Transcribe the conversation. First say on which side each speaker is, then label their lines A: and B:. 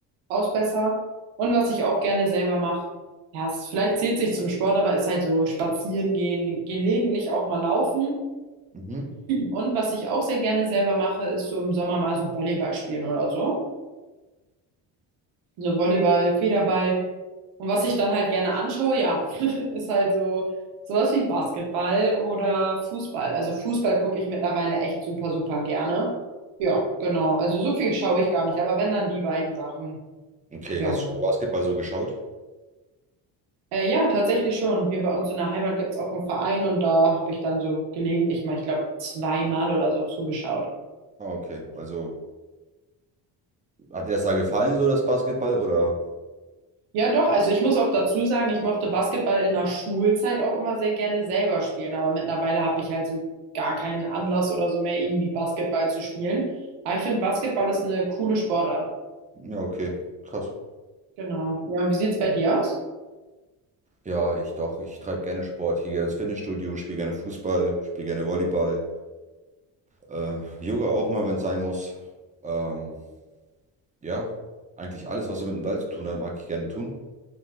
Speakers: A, on the right (about 80°); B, on the right (about 15°).
A: Ausbesser. Und was ich auch gerne selber mache, ja, es, vielleicht zählt sich zum Sport, aber ist halt so spazieren gehen, gelegentlich auch mal laufen.
B: Mhm.
A: Und was ich auch sehr gerne selber mache, ist so im Sommer mal so Volleyball spielen oder so. So Volleyball, Federball. Und was ich dann halt gerne anschaue, ja, <laughs> ist halt so sowas wie Basketball oder Fußball. Also Fußball gucke ich mittlerweile echt super, super gerne. Ja, genau. Also so viel schaue ich gar nicht, aber wenn dann die beiden Sachen.
B: Okay,
A: Ja.
B: hast du schon mal Basketball so geschaut?
A: Äh, ja, tatsächlich schon. Hier bei uns in der Heimat gibt es auch einen Verein und da habe ich dann so gelegentlich mal, ich glaube, zweimal oder so zugeschaut.
B: Ah, okay. Also, hat dir das da gefallen, so das Basketball, oder?
A: Ja, doch, also ich muss auch dazu sagen, ich mochte Basketball in der Schulzeit auch immer sehr gerne selber spielen, aber mittlerweile habe ich halt so gar keinen Anlass oder so mehr, irgendwie Basketball zu spielen. Aber ich finde, Basketball ist eine coole Sportart.
B: Ja, okay. Krass.
A: Genau. Ja, und wie sieht's bei dir aus?
B: Ja, ich doch. Ich treibe gerne Sport. Ich gehe gerne ins Fitnessstudio, spiele gerne Fußball, spiele gerne Volleyball. Äh, Yoga auch mal, wenn es sein muss. Ähm, ja, eigentlich alles, was so mit dem Ball zu tun hat, mag ich gerne tun.